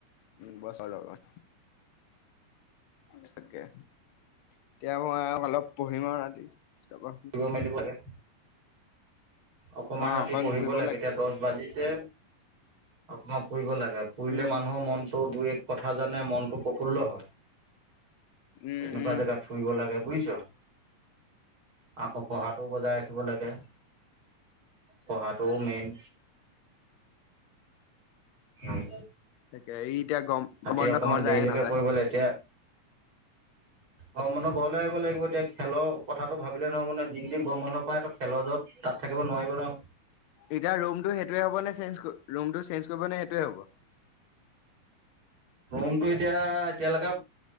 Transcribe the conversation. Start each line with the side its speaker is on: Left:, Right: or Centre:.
Left: উ বছৰ লগত থাকে এতিয়া মই অলপ পঢ়িম আৰু ৰাতি তাৰপা
Right: শিব মেলিিবলে <inaudible> অকমান
Left: অ
Right: ৰাতি
Left: অকণ
Right: পঢ়িব
Left: ফুৰিব
Right: লাগে এতিয়া দহ বাজিছে অকমান ফুৰিব লাগে ফুৰিলে
Left: উম
Right: মানুহৰ মনটো দুই এক কথা জানে মনটো প্ৰফুল্ল হয়।
Left: উম
Right: তেনেকুৱা
Left: উম
Right: জেগাত ফুৰিব লাগে বুজিছ। আকৌ পঢ়াটোও বজাই ৰাখিব লাগে পঢ়াটোও মেইন <unintelligible> উম'
Left: তাকে ই এতিয়া গম
Right: তাকে
Left: গম বন্ধত
Right: অকমান
Left: ঘৰ
Right: দেৰিলৈকে
Left: যায় নাযায়
Right: পঢ়িব তেতিয়া অ', মন ঘৰলে আহিব লাগিব এতিয়া খেলৰ কথাটো ভাবিলে নহ মানে যিকেইদিন গৰম মন্ধ পায় তো খেলৰ যত তাত থাকিব নোৱাৰিব ন।
Left: এতিয়া ৰুমটো সেইটোৱে হ'ব নে চেঞ্জ কৰি, ৰুমটো চেঞ্জ কৰিব নে সেইটোৱে হ'ব?
Right: ৰুমতো এতিয়া এতিয়ালৈকে